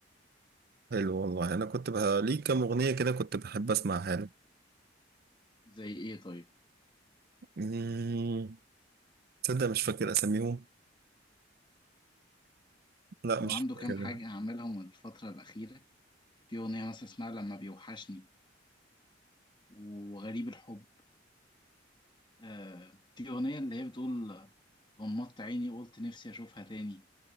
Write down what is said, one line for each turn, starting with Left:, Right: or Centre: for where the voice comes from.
Right: حلو والله انا كنت بقى ليه كام اغنية كده كنت بحب اسمعها له
Left: زي ايه طيب
Right: مم. تصدق مش فاكر اساميهم لا
Left: هو
Right: مش
Left: عنده
Right: فاكر
Left: كام حاجة عملهم الفترة الأخيرة في أغنية مثلا اسمها لما بيوحشني وغريب الحب آه في أغنية اللي هي بتقول غمضت عيني قلت نفسي أشوفها تاني